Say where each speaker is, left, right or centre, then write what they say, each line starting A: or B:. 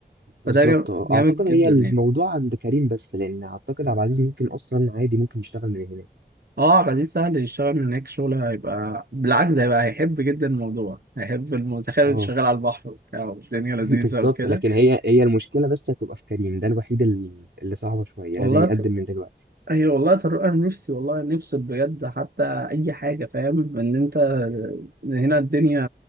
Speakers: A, on the right; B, on the right.
A: فده
B: بالظبط
A: جام-
B: اه.
A: جامد
B: اعتقد
A: جدا
B: هي الموضوع
A: يعني
B: عند كريم بس لان اعتقد عبد العزيز ممكن اصلا عادي ممكن يشتغل من هناك
A: اه عبد العزيز سهل يشتغل من هناك شغل هيبقى بالعكس ده هيبقى هيحب جدا الموضوع هيحب المتخيل
B: اه
A: شغال على البحر وبتاع والدنيا لذيذه
B: <laughs> بالظبط
A: وكده
B: لكن هي هي المشكله بس هتبقى في كريم ده الوحيد ال- اللي صعبه شويه
A: والله
B: لازم يقدم من دلوقتي
A: ايوه والله يا طارق انا نفسي والله نفسي بجد حتى اي حاجه فاهم ان انت إن هنا الدنيا